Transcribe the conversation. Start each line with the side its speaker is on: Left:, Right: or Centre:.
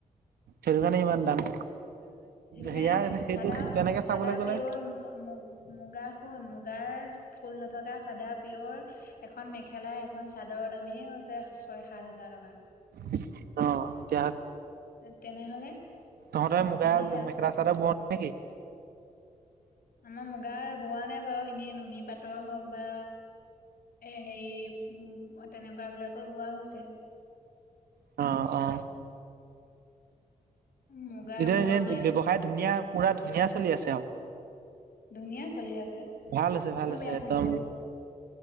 Right: থেৰু জানে ইমান দাম
Left: সেইটো কাৰণে
Right: সেয়া সেইটো
Left: চাদা
Right: তেনেকে
Left: চাদা
Right: চাবলৈ গ'লে
Left: পিয়ৰ মুগ মু মুগা খুন মুগাৰ <unintelligible> ফুল নথকা চাদা পিয়ৰ এখন মেখেলা এখন চাদৰৰ দামেই হৈছে ছয় সাত হাজাৰ <unintelligible>
Right: অ
Left: <inaudible> তেনেহ'লে
Right: তহতে মুগা
Left: ভাবিছা
Right: মেখেলা চাদৰ বৱ নেকি
Left: আমাৰ মুগাৰ বোৱা নাই বাৰু এনেই নুনী পাটৰ হওক বা এ হেৰি তেনেকোৱ বিলাকো বোৱা হৈছে।
Right: অ অ
Left: মুগাৰ
Right: এতিয়া
Left: বোৱা
Right: এনে
Left: নাই
Right: ব্যৱসায় ধুনীয়া পুৰা ধুনীয়া চলি আছে। আও
Left: ধুনীয়া চলি আছে
Right: ভাল হৈছে
Left: ক'তনো
Right: ভাল হৈছে
Left: বেয়া
Right: একদম
Left: চলিব।